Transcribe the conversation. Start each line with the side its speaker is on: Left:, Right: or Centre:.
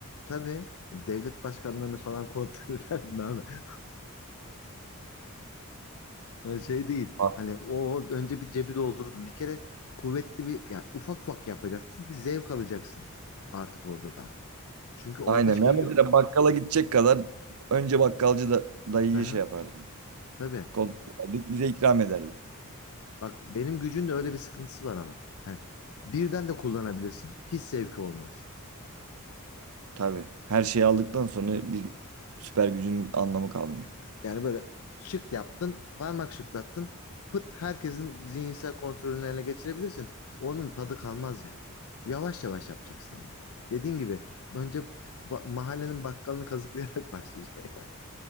Left: tabii devlet başkanlarını falan <laughs> kontrol ederdin abi. <laughs> Ha, Şey değil
Right: A-
Left: hani o önce bir cebi doldururdun. Bir kere kuvvetli bir ya ufak ufak yapacaksın ki zevk alacaksın artık orada da. Çünkü orada
Right: Aynen.
Left: şey
Right: Ya mesela
Left: yok.
Right: bakkala gidecek kadar önce bakkalcı da dayıyı
Left: Hı hı,
Right: şey yapardı.
Left: tabii.
Right: Kontrol ederdik, bize ikram ederdi.
Left: Bak benim gücün de öyle bir sıkıntısı var ama. Hani birden de kullanabilirsin. Hiç zevki olmaz.
Right: Tabii. Her şeyi aldıktan sonra bir süper gücün anlamı kalmıyor.
Left: Yani böyle şık yaptın, parmak şıklattın. Pıt herkesin zihinsel kontrolünü ele geçirebilirsin. Onun tadı kalmaz yani. Yavaş yavaş yapacaksın onu. Dediğin gibi önce ba- mahallenin bakkalını kazıklayarak <laughs> başlayacaksın.